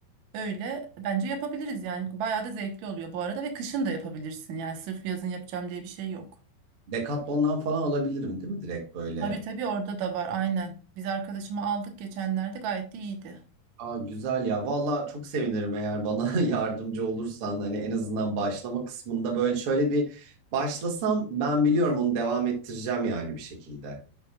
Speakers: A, on the right; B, on the right.
A: Öyle bence yapabiliriz yani. Bayağı da zevkli oluyor bu arada ve kışın da yapabilirsin. Yani sırf yazın yapacağım diye bir şey yok.
B: <laughs> Decathlon'dan falan alabilirim değil mi direkt böyle?
A: Tabii tabii orada da var aynen. Biz arkadaşımı aldık geçenlerde gayet de iyiydi.
B: Aa, güzel ya. Valla çok sevinirim eğer bana <laughs> yardımcı olursan. Hani en azından başlama kısmında böyle şöyle bir başlasam ben biliyorum onu devam ettireceğim yani bir şekilde.